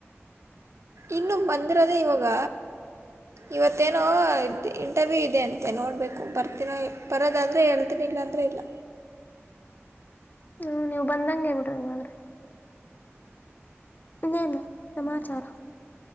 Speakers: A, on the right; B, on the left.
A: ಇನ್ನು ಬಂದಿರದೇ ಇವಾಗ ಇವತ್ತೇನೋ ಇಂಟರ್ವ್ಯೂ ಇದೆ ಅಂತೆ ನೋಡ್ಬೇಕು ಬರ್ತೀನೋ ಬರೋದಾದ್ರೆ ಹೇಳ್ತೀನಿ ಬೇಗ್ ಅಂದ್ರೆ ಇಲ್ಲ
B: ಹ್ಮ ನೀವು ಬಂದಂಗಗೆ ಹೇ ಬಿಿಡ್ರಿಂಗ್ರೆ ಇನ್ನೇನು ಸಮಾಚಾರ